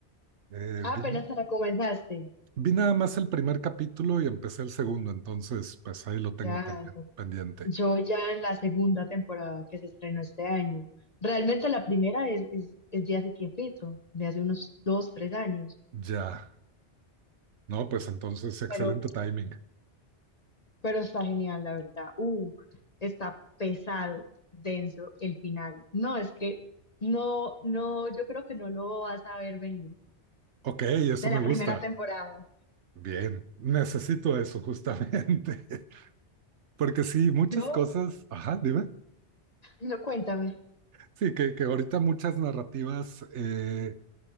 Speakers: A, on the right; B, on the left.
A: eh,
B: Ah,
A: vi
B: apenas te la comenzaste.
A: Vi nada más el primer capítulo y empecé el segundo, entonces pues ahí lo tengo
B: Ya,
A: también
B: ya.
A: pendiente.
B: yo ya en la segunda temporada que se estrenó este año. Realmente la primera es, es, es de hace tiempito, de hace unos dos, tres años.
A: Ya, no, pues entonces excelente
B: Pero
A: timing.
B: pero está genial, la verdad. Uh, está pesado, denso el final. No, es que no, no, yo creo que no lo vas a ver venir
A: Ok, eso
B: de
A: me
B: la
A: gusta.
B: primera temporada.
A: Bien, necesito eso justamente, <laughs> porque sí, muchas
B: Yo,
A: cosas, ajá, dime,
B: no, cuéntame.
A: sí, que, que ahorita muchas narrativas eh,